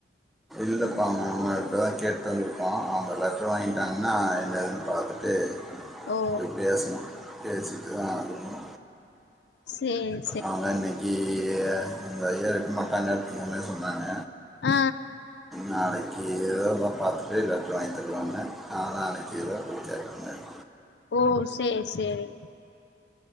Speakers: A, in the centre; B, on the left.
A: இல்லைப்பா நாங்க இப்ப தா கேட்டு வந்திருக்கோ அவங்க எல்லாரு சும் வாங்கிட்டாங்கன்னா என்ன ஏதுன்னு பாத்துட்டு
B: ஓ
A: போய் பேசணு பேசிட்டுதா போனு
B: சரி
A: அவங்க இன்னைக்கி இந்த இயரு இருக் மட்டாங்கன்னுதா சொன்னாங்க
B: ஆ
A: நாளைக்கு இத பாத்துட்டு லெட்டரு வாங்கி தருவாங்க நாளானக்கி இத <unintelligible>
B: ஓ சேரி சேரி